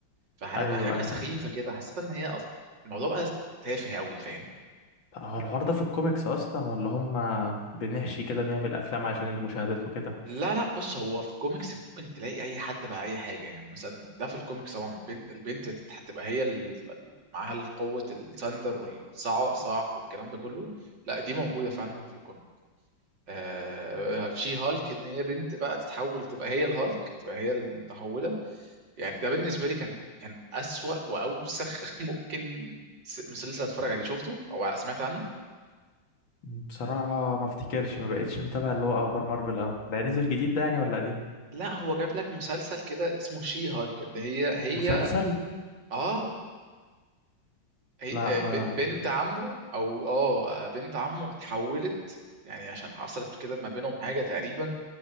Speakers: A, on the right; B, on the left.
A: فحاجه
B: ايوه ايوه
A: سخيفه كده حسيت ان هي أص- الموضوع بقى تافه قوي فاهم
B: طب هو الحوار ده في الكوميكس اصلا ولا هم بنحشي كده نعمل افلام عشان المشاهدات وكده
A: لا لا بص هو في كوميكس ممكن تلاقي اي حد مع اي حاجه يعني مثلا ده في الكوميكس طبعا البنت البنت هتبقى هي اللي تبقى معاها القوه الثاندر والصاعق والكلام ده كله لا دي موجوده فعلا في الكوميك آه شي هالك ان هي بنت بقى تتحول تبقى هي الهالك تبقى هي المتحوله يعني ده بالنسبه لي كان كان اسوأ واوسخ <laughs> ممكن س- مسلسل اتفرج عليه شفته او سمعت عنه
B: بصراحة ما افتكرش ما بقتش متابع اللي هو اخبار مارفل اوي ده نزل جديد ده يعني ولا قديم
A: لا هو جاب لك مسلسل كده اسمه شي هالك اللي هي هي
B: مسلسل
A: اه هي
B: لا
A: آه، ب-
B: ما
A: بنت عمه او اه آه، بنت عمه اتحولت يعني عشان حصلت كده ما بينهم حاجه تقريبا